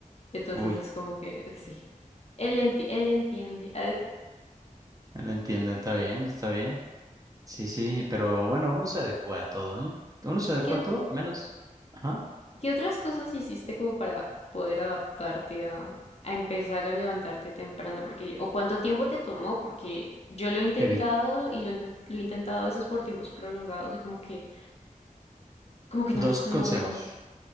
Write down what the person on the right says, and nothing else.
Uy,
él entiende, está bien, está bien. Sí, sí, pero bueno, uno se adecua a todo, ¿eh?
Uno se
adecua
a todo, menos. Ajá.
Evit.
Dos
consejos,